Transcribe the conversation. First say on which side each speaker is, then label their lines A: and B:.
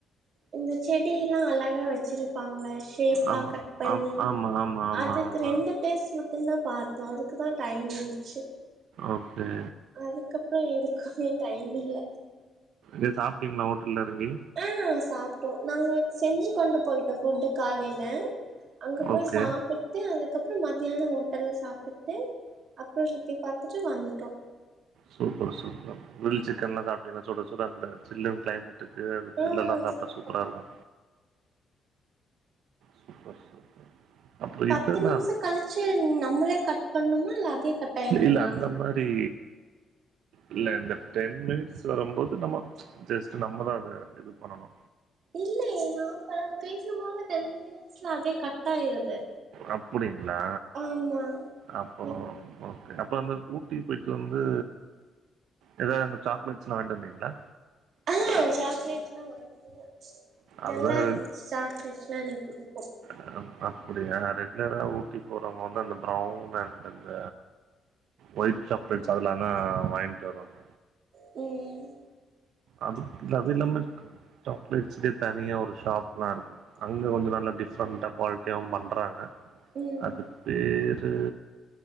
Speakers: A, on the right; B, on the right.
A: இந்த செடி எல்லா அழகா வச்சிருக் ப்பாங்கல சேப்பா
B: ஆமா
A: கட் பண்ணி
B: ஆம் ஆமா ஆமா ஆமா
A: அதுக்கு
B: ஆமா
A: ரெண்டு பேஸ் மட்டுந்தா பாத்தோ அதுக்கு தா டைம் இருந்துச்சு
B: ஓக்கே
A: அதுக்கப்றோ எதுக்குமே டைம் இல்ல
B: ஏ சாப்ட்டீங்களா ஒட்டல்ல எறங்கி
A: அ சாப்ட்டோ நாங்க செஞ்சு கொண்டு போயிட்டோ ஃபுட்டு காலேல அங்க போய்
B: ஓகே
A: சாப்புட் டு அதுக்கப்றோ மத்தியானோ ஓட்டல் சாப்புட்டு அப்போ சுத்தி பாத்துட்டு வந்துட்டோ
B: சூப்பர் சூப்பர் கிரில் சிக்கன்ல்லா சாப்டிங்களா சுட சுட அந்த சில்லுன் கிளைம் மேட்டுக்கு அந்த
A: ம்
B: க்ரில் எல்லா சாப்ட்டா
A: சாப்ட்டோ
B: சூப்பராருக்கூ சூப்பர் சூப்பர் அப்புறம்
A: பத்து
B: இதெல்லாம்
A: நிம்ஷோ
B: இருக்கு
A: கழிச்சு நம்மளே கட் பண்ணுமா இல்ல அதே கட் ஆயிருங்களா
B: இல் அந்த மாரி இல்ல இந்த டென் மினிஸ் வரம்போது நம்மோ ஜஸ்ட் நம்மளா அது அது இது பண்ணணு
A: இல்லியே நாங்க பேசும்போது டெண் மினிட்ஸ்ல அப்டியே கட் ஆயிருது
B: அப்டிங்களா
A: ஆமா
B: அப்பளோ
A: நீ
B: ஓக்கே அப்பறோ அந்த ஊட்டிக் போய்ட்டு வந்து எதாது அங்க சாக்லேட்ஸ்லா வாங்கட்டு வந்தீங்களா
A: ஆ சாக்லேட் லா வாங்கிட்டு வந்த
B: அதுதான்
A: நல்லா
B: எனக்கு-
A: இருந்துச்சு சாக்லேட் எல்லா எனக்கு புடிக்கூ
B: அ அப் அப்டியா ரெகுலரா ஊட்டி போறவங்க வந்து அந்த ப்ரவுன் அண்டந்த ஒயிட் சாக்லெட்ஸ் அதுலானா வாங்கிட் வருவாங்க
A: ம்
B: அதுக் அது இல்லாம சாக்லேட்ஸ்க்கே தனியா ஒரு ஷாப் லா இருக்கு அவங்க கொஞ்சோ நல்ல டிஃப்ரெண்ட்டா குவாலிட்டியாவு பண்ணுறாங்க
A: ம்
B: அது பேர் து